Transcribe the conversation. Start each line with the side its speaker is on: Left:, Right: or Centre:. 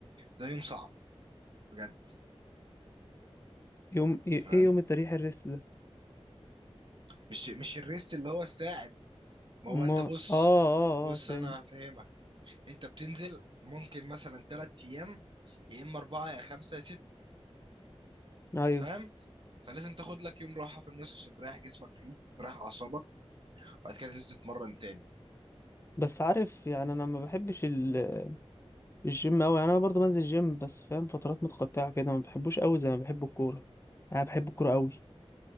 Right: ده يوم صعب بجد
Left: يوم ايه
Right: انت فاهم
Left: يوم التريح الريست ده؟
Right: مش مش الريست اللي هو الساعد ما
Left: اما
Right: هو انت بص
Left: اه اه
Right: بص
Left: اه فهمت
Right: انا هفهمك انت بتنزل ممكن مثلا تلات ايام يا اما اربعه يا خمسه يا ست
Left: ايوه
Right: فاهم فلازم تاخد لك يوم راحه في النص عشان تريح جسمك فيه تريح اعصابك وبعد كده تنزل تتمرن تاني
Left: بس عارف يعني انا ما بحبش ال- الجيم قوي يعني انا برضو بنزل جيم بس فاهم فترات متقطعة كده ما بحبوش قوي زي ما بحب الكورة يعني انا بحب الكورة قوي